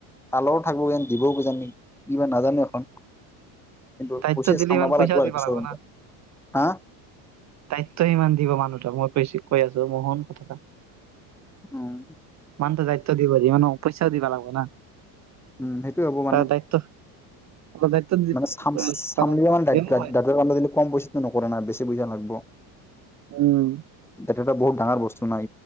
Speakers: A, in the centre; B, on the right (about 35°).
A: তালৰো থাকিব দিবও কিজানি কি বাৰ নাজানো এখন কিন্তু অ
B: দায়িত্ব
A: হৈছে
B: দিলে
A: চামলবা
B: ইমান পইচাও
A: লাগিব আৰু
B: দিব
A: শ্বৰমটো
B: না
A: হা
B: দায়িত্ব ইমান দিব মানুহ তোক মই কৈছো কৈ আছো মহুন কথা এটা
A: উম
B: কামটো দায়িত্ব দিব দি মানে পইচাও দিব লাগব না
A: উম সেইটো হ'ব মানে
B: তাৰ দায়িত্ব অলপ দায়িত্ব দি
A: মানে চাম চামৰে
B: পালন
A: অন দায়িত্ব
B: দিলো হয়
A: দাদা <unintelligible> কম পইচাটো নকৰে না আবেছি বুইজা লাগব
B: উম
A: এ এটা বহুত ডাঙৰ বস্তু নাই